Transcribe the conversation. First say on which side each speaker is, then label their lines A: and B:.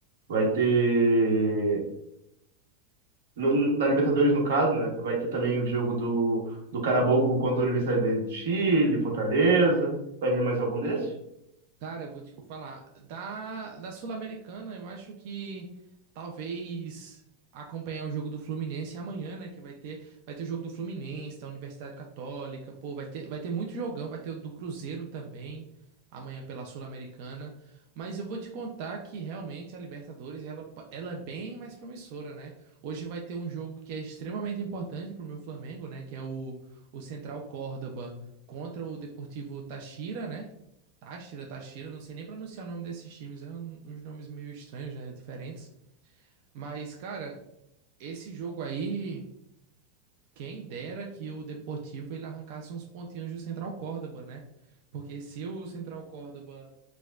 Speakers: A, on the right (about 80°); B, on the right (about 55°).
A: vai ter no- no- na Libertadores, no caso, né? Vai ter também o jogo do, do Carabobo contra a Universidade do Chile, Fortaleza. Vai vir mais algum desses?
B: Cara, eu vou te falar. Da, da Sul-Americana, eu acho que talvez acompanhar o jogo do Fluminense amanhã, né? Que vai ter, vai ter o jogo do Fluminense, da Universidade Católica, pô, vai ter, vai ter muito jogão, vai ter o do Cruzeiro também, amanhã pela Sul-Americana. Mas eu vou te contar que realmente a Libertadores, ela, pa- ela é bem mais promissora, né? Hoje vai ter um jogo que é extremamente importante pro meu Flamengo, né? Que é o, o Central Córdoba contra o Deportivo Táchira, né? Táchira, Táchira, não sei nem pronunciar o nome desses times, é um- uns nomes meio estranhos, né, diferentes. Mas, cara, esse jogo aí, quem dera que o Deportivo ele arrancasse uns pontinhos do Central Córdoba, né? Porque se o Central Córdoba